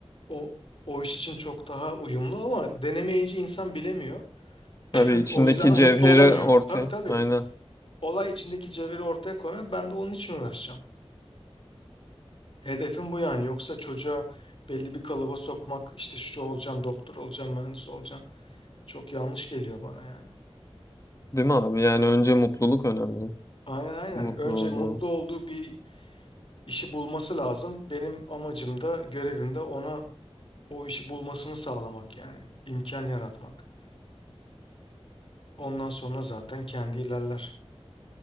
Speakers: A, on the left; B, on the left.
A: o o iş için çok daha uyumlu ama denemeyince insan bilemiyor. <laughs>
B: tabii içindeki
A: O yüzden de mutlu
B: cevheri
A: olamıyor.
B: ortaya.
A: Tabii tabii.
B: Aynen.
A: Olay içindeki cevheri ortaya koymak ben de onun için uğraşacağım. Hedefim bu yani. Yoksa çocuğa belli bir kalıba sokmak işte şu olacaksın doktor olacaksın mühendis olacaksın. Çok yanlış geliyor bana yani.
B: Değil mi abi? Yani önce mutluluk önemli.
A: Aynen aynen.
B: Mutlu
A: Önce
B: olduğu.
A: mutlu olduğu bir işi bulması lazım. Benim amacım da görevim de ona O işi bulmasını sağlamak yani. imkan yaratmak. Ondan sonra zaten kendi ilerler.